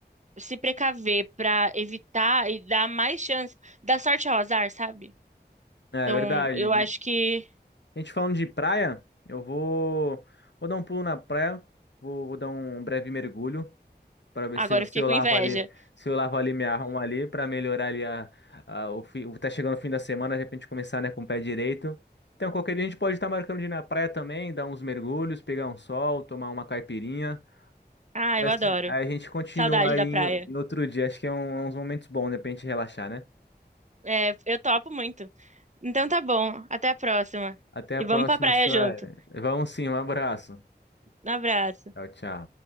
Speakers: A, on the right; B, on the left.
A: se precaver para evitar e dar mais chance, dar sorte ao azar, sabe?
B: É
A: Então,
B: verdade.
A: eu acho
B: E
A: que
B: A gente falando de praia, eu vou, vou dar um pulo na praia, vou, vou dar um breve mergulho para ver
A: agora
B: se eu, se
A: eu fiquei
B: eu
A: com
B: lavo
A: inveja.
B: ali, se eu lavo ali, me arrumo ali, para melhorar ali a, a- o fim, tá chegando o fim da semana, de repente começar, né, com o pé direito. Então, qualquer dia a gente pode estar marcando de ir na praia também, dar uns mergulhos, pegar um sol, tomar uma caipirinha.
A: Ah,
B: E
A: eu
B: assim,
A: adoro.
B: a gente continua
A: Saudade
B: aí
A: da praia.
B: em em outro dia. Acho que é um- uns momentos bons, né, pra gente relaxar, né?
A: É, eu topo muito. Então tá bom, até a próxima.
B: Até a
A: E
B: próxima,
A: vamos pra praia
B: Sueli.
A: junto.
B: Vamos sim, um abraço.
A: Um abraço.
B: Tchau, tchau.